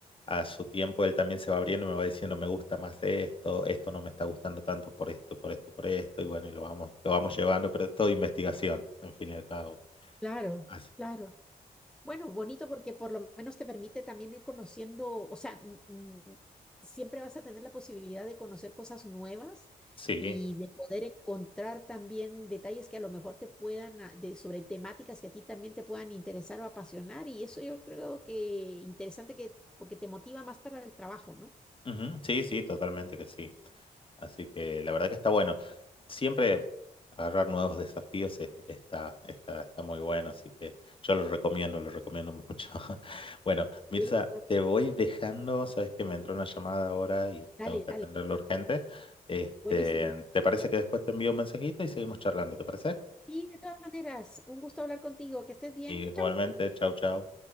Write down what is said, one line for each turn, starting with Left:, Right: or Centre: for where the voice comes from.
Left: a su tiempo él también se va abriendo, y me va diciendo, me gusta más esto, esto no me está gustando tanto por esto, por esto, por esto, y bueno, y lo vamos, lo vamos llevando, pero es todo investigación, en fin y al cabo.
Centre: Claro,
Left: Así.
Centre: claro. Bueno, bonito porque por lo menos te permite también ir conociendo, o sea, n- n- siempre vas a tener la posibilidad de conocer cosas nuevas
Left: Sí,
Centre: y de poder encontrar también detalles que a lo mejor te puedan, a- de, sobre temáticas que a ti también te puedan interesar o apasionar. Y eso yo creo que interesante que, porque te motiva más para el trabajo, ¿no?
Left: Ujú, Sí, sí, totalmente que sí. Así que la verdad que está bueno. Siempre agarrar nuevos desafíos es- está, está, está muy bueno, así que yo lo recomiendo, lo recomiendo mucho. <laughs> Bueno, Mirza,
Centre: Sí, claro.
Left: te voy dejando, sabes que me entró una llamada ahora y
Centre: dale,
Left: tengo que
Centre: dale.
Left: atenderlo urgente. Este,
Centre: Buenísimo.
Left: ¿te parece que después te envío un mensajito y seguimos charlando? ¿Te parece?
Centre: Sí, de todas maneras, un gusto hablar contigo. Que estés bien.
Left: Igualmente,
Centre: Chau.
Left: chau, chau.